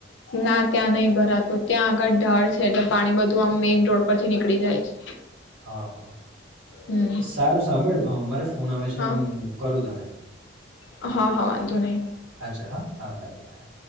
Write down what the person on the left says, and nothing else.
ના ત્યાં નય ભરાતું ત્યાં આગળ ઢાળ છે એટલે પાણી બધું આમ મેઈન રોડ પરથી નીકળી જાય છે.
હમ
હા
હા હા વાંધો નહીં